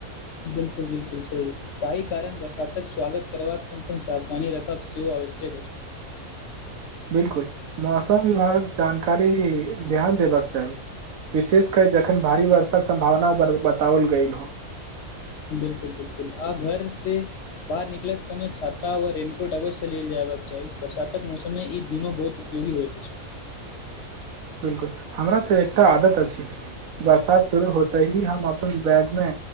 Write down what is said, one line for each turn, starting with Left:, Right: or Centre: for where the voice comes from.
Left: बिलकुल- बिलकुल! सही तैहि कारण बरसातक स्वगत करवा, संग -संग सावधानी राखब सेहोव आवश्यक अछि।
Right: 'बिलकुल'! मौसम विभागक जानकारी ध्यान देबाक चाही। विशेष क, जखन भारी वर्षाक सम्भावना बताओल गेल हो।
Left: बिलकुल- बिलकुल! आ घर से बाहर निकलैत समय छाता व रेननकोट अवश्य से लेल जयबाक चाही, बरसातक मौसम मे ई दुनू बहुत उयोगी होइत अछि।
Right: बिलकुल! हमरा तऽ एकटा आदत अछि। बरसात शुरू होतै ही, हम अपन बैग मे